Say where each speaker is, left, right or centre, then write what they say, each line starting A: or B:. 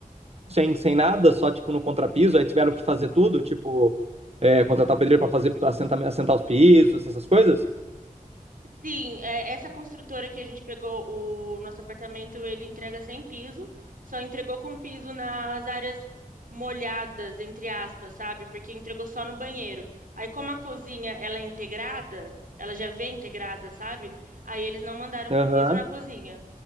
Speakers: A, on the right; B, on the right.
A: sem, sem nada, só tipo no contrapiso, aí tiveram que fazer tudo, tipo, é, contratar o pedreiro para fazer pra assentar, assentar os pisos, essas coisas.
B: Sim, é, essa construtora que a gente pegou o nosso apartamento, ele entrega sem piso, só entregou com piso nas áreas molhadas, entre aspas, sabe? Porque entregou só no banheiro. Aí, como a cozinha, ela é integrada, ela já vem integrada, sabe? Aí eles não mandaram
A: Aham.
B: com piso na cozinha.